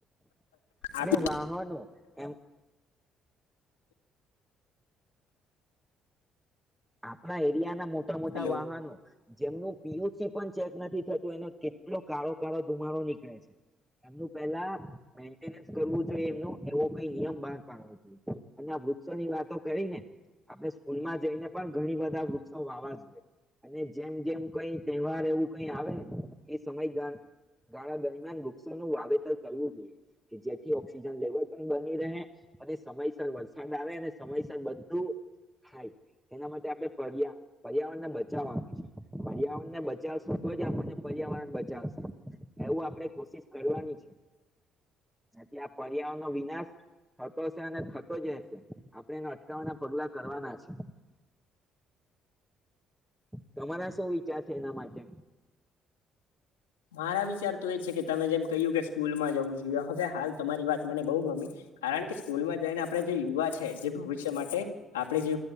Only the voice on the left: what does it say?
આપી
હલો
મારા વિચાર તો એ છે કે તમે જેમ કહ્યું કે સ્કૂલમાં જવું જોઈએ હવે હાલ તમારી વાત મને બહુ ગમી, કારણ કે સ્કૂલમાં જઈને આપણે જે યુવા છે જે ભવિષ્ય માટે આપણે જે